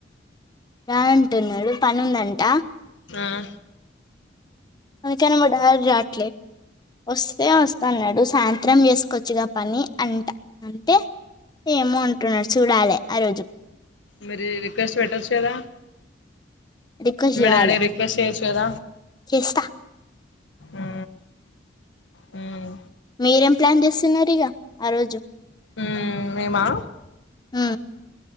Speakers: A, on the left (about 25°); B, on the left (about 90°).
A: రాను అంటున్నాడు పని ఉందంట
B: ఆ
A: అందుకనే మా డాడీ రట్లే వస్తే వస్తన్నాడు సాయంత్రం వేసుకోొచ్చుగా పని అంట అంటే ఏమో అంటున్నారు చూడాలి ఆ రోజు
B: మరి రిక్వెస్ట్ పట్టచుగద
A: రిక్వెస్ట్
B: మీ
A: చేయాలి
B: డాడీ రిక్వెస్ట్ చేయాచుగద
A: చేస్తా
B: ఉ హ
A: మీరేం ప్లాన్ చేస్తున్నారు ఇగ ఆ రోజు
B: ఉహ్ మీమా
A: ఉ